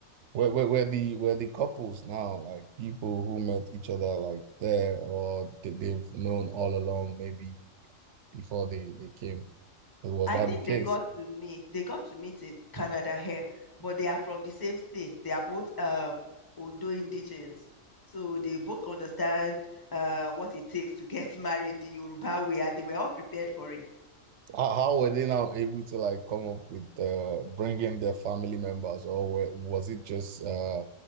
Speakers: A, on the right; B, on the left.
A: Where, where, where the where the couples now, like people who met each other like there or they, they've known all along, maybe before they, they came. Was
B: I
A: that
B: think
A: the case?
B: they got to meet. They got to meet in Canada here, but they are from the same state. They are both um Ondo indigenes. So they both understand uh what it takes to get <laughs> married the Yoruba way and they were all prepared for it.
A: How, how were they now able to like come up with uh, bringing their family members, or were, was it just uh,